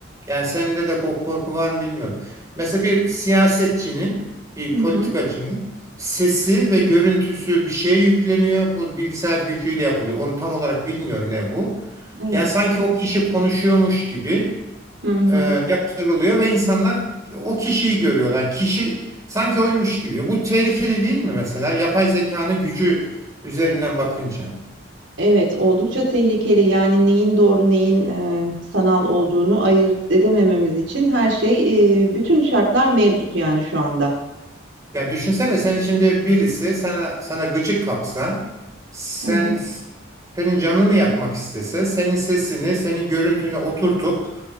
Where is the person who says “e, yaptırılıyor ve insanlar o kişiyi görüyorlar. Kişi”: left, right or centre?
Right